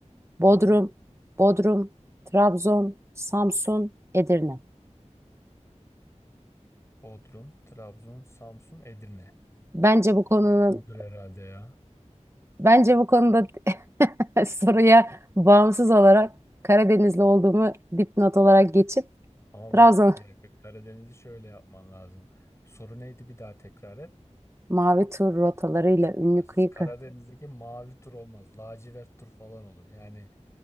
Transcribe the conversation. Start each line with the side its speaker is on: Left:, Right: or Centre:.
Left: Tamam.
Right: Bodrum, Bodrum, Trabzon, Samsun, Edirne.
Left: Bodrum, Trabzon, Samsun, Edirne.
Right: Bence bu konunun
Left: Bundur herhalde ya.
Right: bence bu konuda <laughs> soruya bağımsız olarak Karadenizli olduğumu dipnot olarak geçip
Left: Ama
Right: Trabzon
Left: bak bir dakika Karadeniz'i şöyle yapman lazım. Soru neydi bir daha tekrar et.
Right: <laughs> mavi tur rotalarıyla ünlü
Left: Ha,
Right: kıyı
Left: Karadeniz'deki
Right: kı-
Left: mavi tur olmaz. Lacivert tur falan olur. Yani